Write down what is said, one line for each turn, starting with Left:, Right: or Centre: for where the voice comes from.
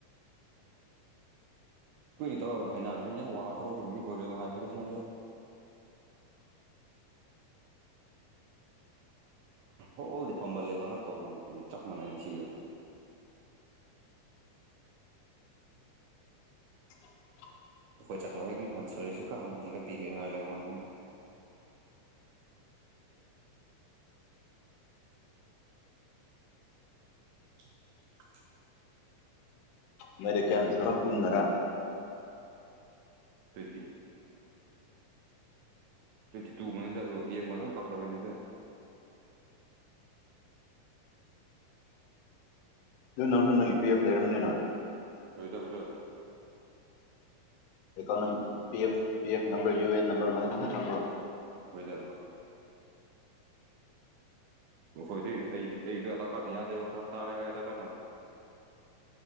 Right: ꯀꯨꯏꯅꯤ ꯇꯧꯔ ꯍꯥꯏꯈ꯭ꯔꯗꯤ ꯌꯥꯝ ꯋꯥꯕ ꯊꯛꯇꯗꯤ ꯑꯣꯏꯔ ꯍꯥꯏꯈꯔꯦ ꯁꯗ
Left: <inaudible>
Right: ꯍ ꯑꯣꯗꯤ ꯐꯝꯃꯜꯂꯦ ꯄꯪꯉ ꯇꯧꯗꯨ ꯀꯩꯅꯣ ꯆꯞ ꯃꯥꯟꯅꯩ ꯁꯤꯁꯨ
Left: <inaudible>
Right: ꯑꯩꯈꯣꯏ ꯆꯠꯊꯕ ꯍꯦꯛꯨ ꯍ ꯁꯂꯨꯁꯨ ꯈ ꯍꯟꯅꯤꯡꯒ ꯄꯤꯒꯦ ꯍꯥꯏꯔ ꯂꯩ ꯋꯥꯅꯤ ꯑꯃꯨꯛ <inaudible>
Left: ꯃꯗꯤ ꯀꯌꯥꯅꯁꯨ ꯀꯨꯟꯟꯅꯔ
Right: ꯇ꯭ꯋꯦꯟꯇꯤ ꯇ ꯑ ꯇꯨ ꯃꯅꯤ ꯑꯗꯨ ꯄꯤ ꯑꯦꯐ ꯃꯔ ꯀꯛꯀꯔ ꯄꯅꯦꯗ
Left: ꯑꯗꯨ ꯅꯪꯁꯨ ꯅꯪꯏ ꯄꯤ ꯑꯦꯐ ꯂꯩꯔꯝꯅꯤꯅ
Right: ꯑꯣꯏꯗꯗ
Left: account P F P F number U A N number ꯃꯅꯤꯡ ꯃꯈꯛ ꯈꯪꯕ꯭ꯔꯣ
Right: ꯍꯣꯏꯗ ꯣꯏ ꯑꯩ ꯑꯩꯗ ꯀꯔꯅꯤ ꯌꯥꯗ ꯐꯇꯦ ꯀꯔꯅ